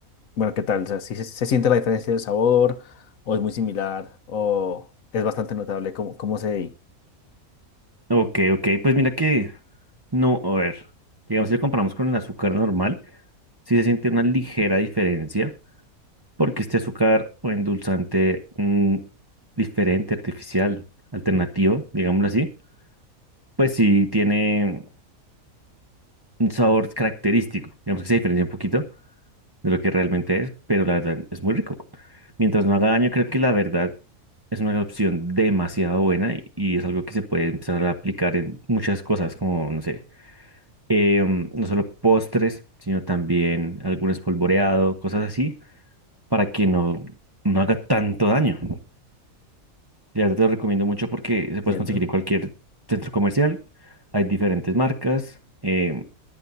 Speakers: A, on the left; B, on the right.
A: bueno, ¿qué tal? O sea, si se, se siente la diferencia del sabor, o es muy similar, o es bastante notable cómo, cómo se ve ahí.
B: Ok, ok. Pues mira que no, a ver. Digamos, si lo comparamos con el azúcar normal, sí se siente una ligera diferencia porque este azúcar o endulzante mm, diferente, artificial, alternativo, digámoslo así, pues sí tiene un sabor característico, digamos que se diferencia un poquito de lo que realmente es, pero la verdad es muy rico. Mientras no haga daño, creo que la verdad es una opción demasiado buena y, y es algo que se puede empezar a aplicar en muchas cosas, como, no sé, em, no solo postres, sino también algún espolvoreado, cosas así, para que no, no haga tanto daño. La verdad te lo recomiendo mucho porque se
A: Entiendo.
B: puede conseguir en cualquier centro comercial. Hay diferentes marcas. em,